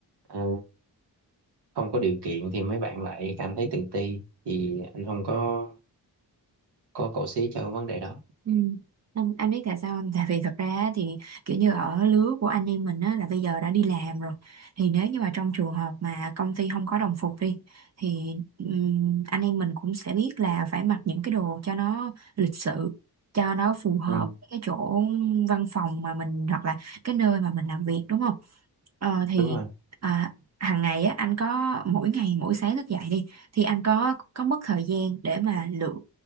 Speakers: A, on the right; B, on the right.
A: ừ, không có điều kiện thì mấy bạn lại cảm thấy tự ti thì anh không có có cổ xí cho vấn đề đó
B: Ừ. Anh, anh biết tại sao không? <laughs> Tại vì thật ra á thì kiểu như ở lứa của anh em mình á là bây giờ đã đi làm rồi thì nếu như mà trong trường hợp mà công ty không có đồng phục đi thì ừm, anh em mình cũng sẽ biết là phải mặc những cái đồ cho nó lịch sự cho nó phù hợp
A: ừ,
B: với cái chỗ văn phòng mà mình hoặc là cái nơi mà mình làm việc đúng không? Ờ thì
A: đúng rồi
B: à, hàng ngày á anh có mỗi ngày mỗi sáng thức dậy đi thì anh có có mất thời gian để mà lựa